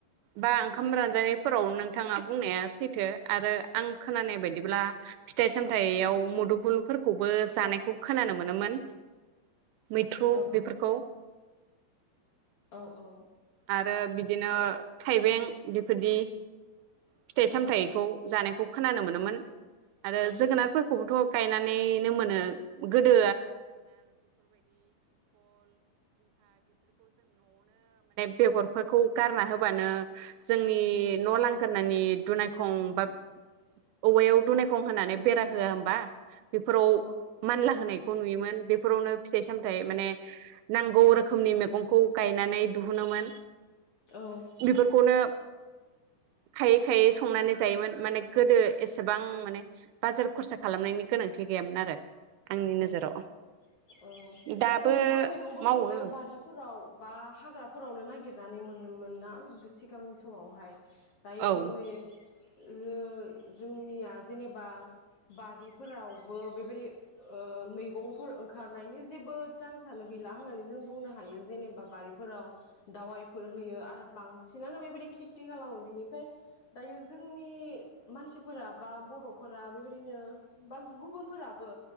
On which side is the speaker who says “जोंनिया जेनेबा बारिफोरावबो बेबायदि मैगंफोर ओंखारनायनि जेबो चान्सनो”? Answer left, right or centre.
Left